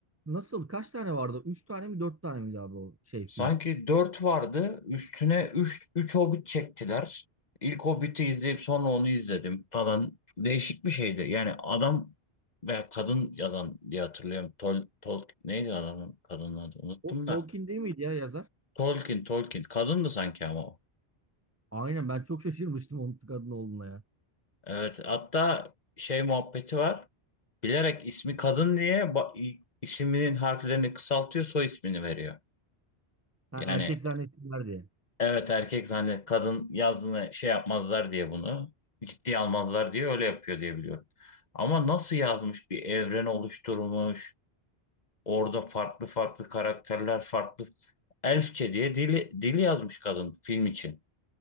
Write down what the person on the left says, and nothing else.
Sanki
4 vardı. Üstüne üç 3 Hobbit çektiler. İlk Hobbit'i izleyip sonra onu izledim falan. Değişik bir şeydi. Yani adam veya kadın yazan diye hatırlıyorum. Tol, Tol neydi adamın kadının adı? Unuttum
da.
Tolkien, Tolkien. Kadındı sanki ama o.
Evet, hatta şey muhabbeti var. Bilerek ismi kadın diye ba- i- isminin harflerini kısaltıyor, soy ismini veriyor.
Yani
Evet erkek zannet kadın yazdığını şey yapmazlar diye bunu ciddiye almazlar diye öyle yapıyor diye biliyorum. Ama nasıl yazmış bir evren oluşturmuş orada farklı farklı karakterler farklı elfçe diye dili, dili yazmış kadın film için.